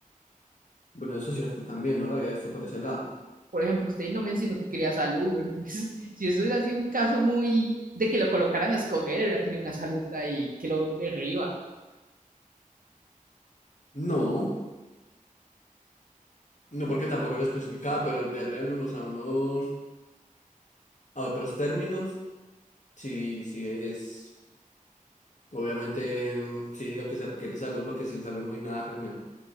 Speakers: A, on the left; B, on the right.
A: Bueno, eso es cierto también, no lo había visto por ese lado.
B: Por ejemplo, usted no mencionó que quería salud, entonces, <laughs> si eso hubiera sido un caso muy de que lo colocaran a escoger, hubiera tenido una salud ahí que lo derriba.
A: No, no porque tampoco lo especificaba, pero ya en unos a unos a otros términos. Sí, sí, es obviamente, mm, sí, lo que se requiere es salud, porque sin salud no hay nada realmente.